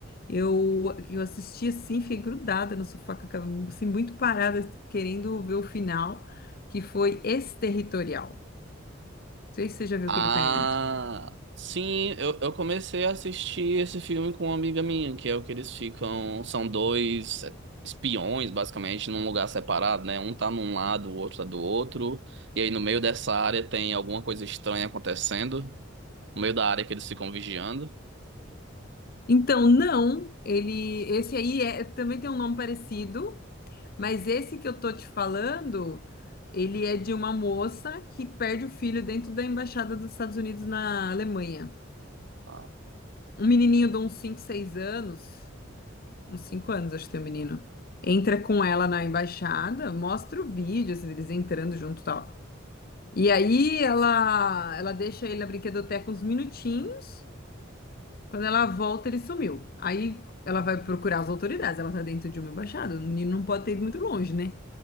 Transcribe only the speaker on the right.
Ah,
sim, eu, eu comecei a assistir esse filme com uma amiga minha, que é o que eles ficam. São dois é, espiões, basicamente, num lugar separado, né? Um tá num lado, o outro tá do outro. E aí no meio dessa área tem alguma coisa estranha acontecendo. No meio da área que eles ficam vigiando.
Ah,